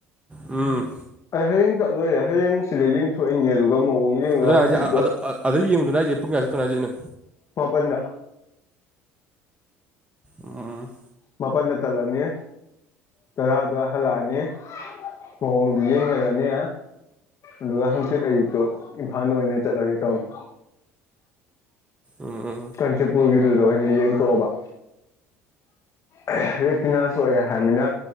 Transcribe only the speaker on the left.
ꯑꯩ ꯍꯌꯦꯡ ꯆꯠꯂꯣꯏꯦ ꯍꯌꯦꯡ ꯁꯤꯗ ꯌꯦꯡꯊꯣꯛꯏꯅꯦ ꯑꯗꯨꯒ ꯃꯑꯣꯡ ꯌꯦꯡꯉꯒ
ꯍꯪꯆꯤꯠꯇꯣ
ꯃꯥꯄꯟꯗ
ꯃꯥꯄꯟꯗ ꯆꯠꯂꯅꯤ ꯇꯔꯥ ꯑꯗꯨꯋꯥꯏ ꯍꯜꯂꯛꯑꯅꯤ ꯃꯑꯣꯡꯗꯨ ꯌꯦꯡꯅꯔꯅꯤ ꯑꯗꯨꯒ ꯍꯪꯆꯤꯠ ꯑꯌꯨꯛꯇꯣ ꯏꯝꯐꯥꯜꯗ ꯑꯣꯏꯅ ꯆꯠꯂꯒꯦ ꯇꯧꯅꯤ
ꯀꯥꯟꯆꯤꯄꯨꯔꯒꯤꯗꯨꯗ ꯑꯣꯏꯅ ꯌꯦꯡꯊꯣꯛꯑꯕ ꯑ ꯔꯦꯇꯤꯅꯥ ꯁꯣꯛꯑꯦ ꯍꯥꯏꯔꯕꯅꯤꯅ